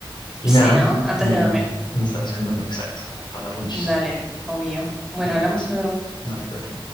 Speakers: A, on the left (about 60°); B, in the centre.
A: Y
B: Sí,
A: nada,
B: ¿no? Antes
A: me,
B: de dormir.
A: me estarás contando exacto, para las runchis.
B: Dale, obvio. Bueno,
A: Dale
B: hablamos
A: pues,
B: luego.
A: dale, cuídate.